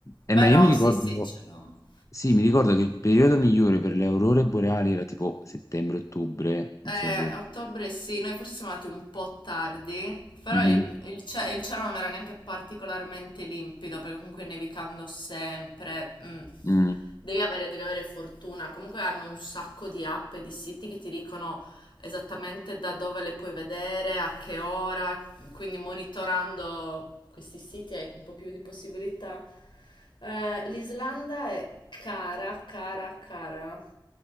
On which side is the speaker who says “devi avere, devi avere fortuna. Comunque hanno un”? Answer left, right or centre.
Left